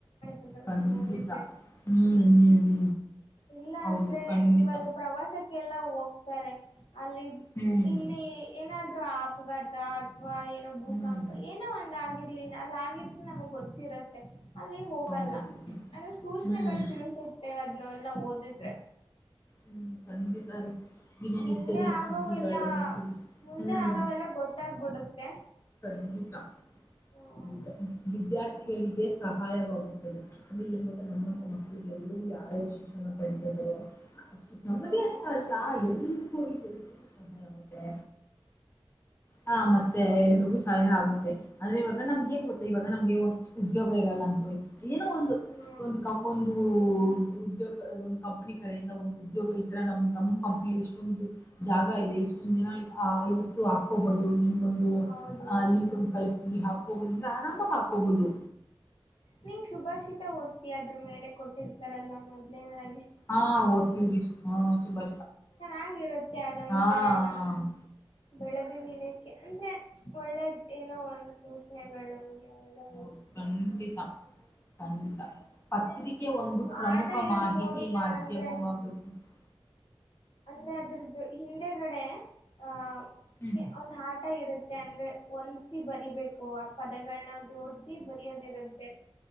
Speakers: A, on the left (about 80°); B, on the left (about 25°).
A: ಪತ್ರಗಳನ್ನ
B: ಕಂಡಿತಾ
A: ಓದಿದ್ರೆ
B: ಹ್ಮ್ ಹ್ಮ ಹ್ಮ್
A: ಇಲ್ಲ
B: ಹೌದು
A: ಅಂದ್ರೆ
B: ಖಂಡಿತ
A: ಇವಾಗ ಪ್ರವಾಸಕ್ಕೆಲ್ಲಾ ಹೋಗ್ತಾರೆ ಅಲ್ಲಿ
B: ಹ್ಮ್
A: ಇಲ್ಲಿ ಏನಾದ್ಅಪಘಾತ ವಾ ಏನೋ ಭೂಕಂಪ
B: ಹ್ಮ್
A: ಏನೋ ಒಂದ ಆಗಿರ್ಲಿಲ್ಲ ಅಲ್ಲ ಆಗಿದ್ರೆ ನಮಗ್ ಗೊತ್ತಿರುತ್ತೆ ಅಲ್ಲಿ ಹೋಗಲ್ಲ
B: ಹೌದೌದು
A: ಅಂದ್ರೆ ಸೂಚನೆಗಳು
B: ಹ್ಮ್
A: ತಿಳಿಸುತ್ತೆ ಅದನ್ನ ಎಲ್ಲ ಓದಿದ್ರೆ
B: ಹ್ಮ್ ಖಣಂಡಿ ತಾರ ಜಮನ
A: ಮುಂದೆ
B: ಇತೇದಾಸ
A: ಆಗೋವೆಲ್ಲ
B: ಸಿುದ್ದಿ ಬ ಹ್ಮ
A: ಮುಂದೆ ಆಗವೆಲ್ಲ ಗೊತ್ತಾಗ್ಬಿಡುತ್ತೆ
B: ಖಂಡಿತ
A: ಹ್ಮ್
B: ಖಂಡಿತ ವಿದ್ಯಾರ್ಥಿಗಳಿಗೆ ಸಹಾಯವಾಗುತ್ತದೆ ಅಂದ್ರೆ ಏನ್ ಗತ್ತ ನಮ್ಮಂತ ಮಕ್ಕಳಿಗೆ ಎಲ್ಲರೂ ಯಾರ್ಯಾರು ಶಿಕ್ಷಣ ಪಡಿತಿದಾರೋ ನಮ್ಮದ
A: ಹ್ಮ್
B: ಅತ್ರ ಅಲ್ಲ ಎಲ್ಲಿ ಕರಿ ಸಹಾಗುತ್ತೆ ಹಾ ಮತ್ತೆ ಎಲ್ರಿಗೂ ಸಹಾಯ ಆಗುತ್ತೆ ಅಂದ್ರೆವಾಗ ನಮ್ಗ
A: ಹ್ಮ್
B: ನ್ ಗೊತ್ತ ಇವಾಗ ನಮಗೆ ಉ್ಯಗ ಇರಲ್ಲ ಅನ್ಕೊಳ್ಳಿ ಏನೋ ಒಂದು
A: ಹ್ಮ್ ಹ್ಮ್
B: ಒಂದು ಕಪ್ ಒಂದು ಉದ್ಯೋಗ ಒಂದು ಕಂಪನಿ ಕಡೆಯಿಂದ ಒಂದು ಉದ್ಯೋಗ ಈ ತರ ನಮ್ ನಮ್ಮ್ ಕಂಪನಿಯಲ್ಲಿ ಇಷ್ಟೊಂದು ಜಾಗ ಇದೆ ಇಷ್ಟು ಇವತ್ತು ಹಾಕೋಬಹುದು ನಿಮ್ ಒಂದು
A: ಹೌದು
B: ಅ ಲಿಂಕ್
A: ಹ್ಮ್
B: ಒಂದು ಕಳ್ಸ ಹಾಕಬೋದಂದ ಆರಾಮಾಗಿ ಹಾಕಬಹುದು
A: ನಿಂಗ ಶುಭಾಷಿತ ಓದ್ತಿ ಅದ್ರ ಮೇಲೆ ಕೊಟ್ಟಿರ್ತಾರಲ್ಲಾ ಮೊದ್ಲೇನದ
B: ಹಾ ಓದ್ತೀವ್ರೀ ಹ್ಮ ಸುಭಾ
A: ಚೆನ್ನಾಗಿರುತ್ತೆ ಅದೊಂ
B: ಹಾ
A: ತರ ನಮ್ ಬೆಳೆದ ದಿನಕ್ಕೆ ಅಂದ್ರೆ ಒಳ್ಳೆದ ಏನೋ ಒಂದ ಸೂಚನೆಗಳು ನಮ್ಗೆ ಅವೆಲ್ಲ
B: ಹೌದು
A: ಹೋಗಿದ್ರೆ
B: ಖಂಡಿತ ಖಂಡಿತ ಪತ್ರಿಕೆ ಒಂದು ಪ್ರಮುಖ
A: ಆಟ ಇರುತ್
B: ಮಾಹಿತಿ
A: ನೋಡಿ
B: ಮಾಧ್ಯಮವಾಗುತ್ತಿದೆ
A: ಅಂದ್ರೆ
B: <inaudible>
A: ಅಂದ್ರೆ ಅದ್ರದ್ದು ಹಿಂದೆಗಡೆ ಅಹ
B: ಹ್ಮ್
A: ಒಂದು ಆ ಊ ಇರುತ್ತೆ ಅಂದ್ರೆ ಒಂದಸಿ ಬರಿಬೇಕು ಆ ಪದಕ ನ ಜೋಡಸಿ ಬರಿಯೋದ ಇರುತ್ತೆ